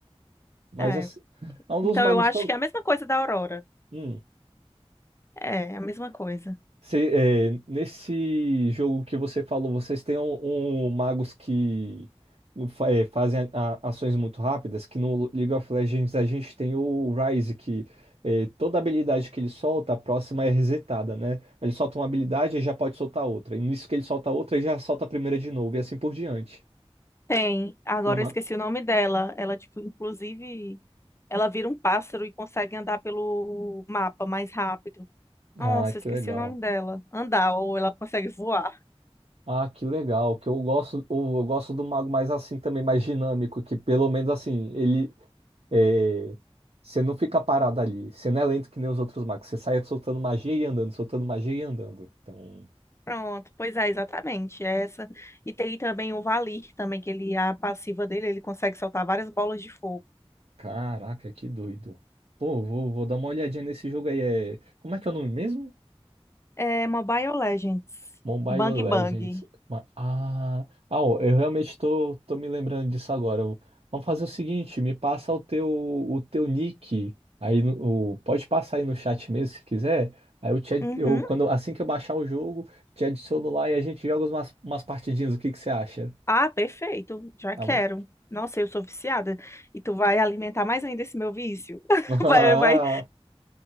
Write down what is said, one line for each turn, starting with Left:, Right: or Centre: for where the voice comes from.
Right: Mas
Left: É.
Right: assim, é um dos
Left: Então
Right: magos
Left: eu acho
Right: que eu.
Left: que é a mesma coisa da Aurora.
Right: hum.
Left: É, é a mesma coisa.
Right: Cê- é, nesse jogo que você falou, vocês têm um, um magos que fa- é, fazem a- a- ações muito rápidas, que no League of Legends a gente tem o Ryze, que é, toda habilidade que ele solta, a próxima é resetada, né? Ele solta uma habilidade e já pode soltar outra. E nisso que ele solta outra, ele já solta a primeira de novo, e assim por diante.
Left: Tem. Agora
Right: Tem uma...
Left: eu esqueci o nome dela. Ela, tipo, inclusive, ela vira um pássaro e consegue andar pelo mapa mais rápido. Nossa,
Right: Ah,
Left: eu
Right: que
Left: esqueci
Right: legal.
Left: o nome dela. Andar, ou ela consegue voar.
Right: Ah, que legal, que eu gosto, eu eu gosto do mago mais assim também, mais dinâmico, que pelo menos assim, ele É, Você não fica parado ali. Você não é lento que nem os outros magos. Você sai soltando magia e andando, soltando magia e andando. Então,
Left: Pronto, pois é, exatamente, é essa. E tem também o Valir também, que ele, a passiva dele, ele consegue soltar várias bolas de fogo.
Right: Caraca, que doido. Pô, vou, vou dar uma olhadinha nesse jogo aí. É... Como é que é o nome mesmo?
Left: É Mobile Legends.
Right: Mobile
Left: Bang
Right: Legends.
Left: Bang.
Right: Ma- Ah, ah, ó, eu realmente tô, tô me lembrando disso agora. Eu- Vamos fazer o seguinte, me passa o teu, o teu nick aí no, o- pode passar aí no chat mesmo se quiser. Aí eu te, ad-
Left: Uhum.
Right: eu quando assim que eu baixar o jogo, te adiciono lá e a gente joga umas, umas partidinhas. O que que você acha?
Left: Ah, perfeito. Já
Right: Tá
Left: quero.
Right: bom?
Left: Nossa, eu sou viciada. E tu vai alimentar mais ainda esse meu vício. <laughs>
Right: <laughs> Ah,
Left: Vai, vai